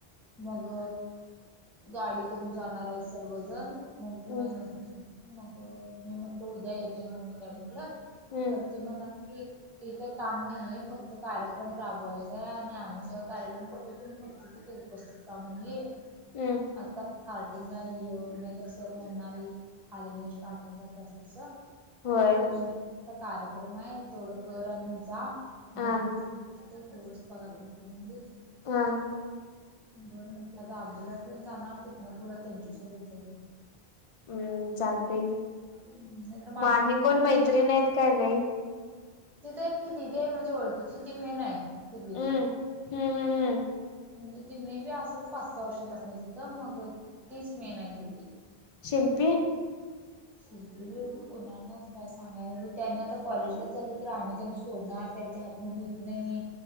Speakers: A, in the centre; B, on the left.
A: मग गाडी करून जाणार आहे सर्वजण मग तर
B: हम्म
A: माझी मैत्रि मग मी म्हटल उद्या येत नाही मग ममी काय म्हटलं.
B: हम्म
A: तर त म्हना हे काही काम नाहीे फक्त कार्यक्रम राबवायचा आहे आणि आम्ही स कार्यक्रम करतो त फक्त तू उपस्थित रा म्हून ये
B: हम्म
A: आता स्टार्टिंगला नद्रसर म्हणणारी आलीने स्टार्टिंगलाच असतस. तिथे
B: होय
A: फक्त दोनचा कार्यक्रम आहे तेवढकर आणि जा.
B: हा
A: घरीच असते तेवढंच पगार पडते म्हणजे
B: हा.
A: बरं म्हट आता अब्दुलाट पण जाणार ते ना पुढं त्यांच्यासोबत जायचं.
B: हम्म चालते की
A: नाहीतर माझं
B: मा आम्ही
A: मी
B: आणि
A: एकटीच
B: कोण मैत्रिण आहेत काय नाही.
A: तिथ एकटी दिदी आहे माझ्या ओळखीची ती मेन आहे तिथली.
B: हम्म हम्म हम्म हम्म
A: म्हणजे ती मे बी असल पाच सहा वर्षापासून तिथं मग तीच मेन आहेत तिथ.
B: शिल्पी
A: शिल्पी कोणा नाच काय सांगायला त्यांनी आता कॉलेजला चलत राह आणि त्यांना सोडणार. त्याच्या हात म घुईत नाही.